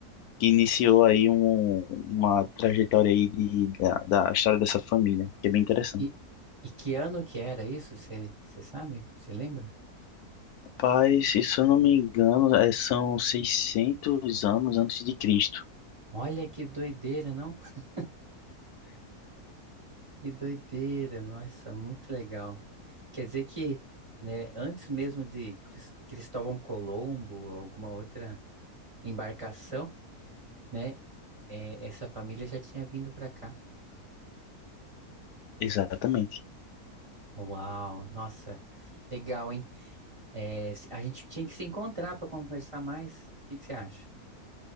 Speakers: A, on the left; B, on the right.
A: que iniciou aí um, uma trajetória aí de, da, da história dessa família, que é bem interessante.
B: E, e que ano que era isso? Você sabe? Você lembra?
A: Rapaz, se eu não me engano, é, são 600 anos antes de Cristo.
B: Olha que doideira, não? <laughs> Que doideira, nossa, muito legal. Quer dizer que, né, antes mesmo de Cris- Cristóvão Colombo ou alguma outra embarcação, né, é, essa família já tinha vindo para cá.
A: Exatamente.
B: Uau, nossa, legal, hein? É, se- a gente tinha que se encontrar para conversar mais. O que que você acha?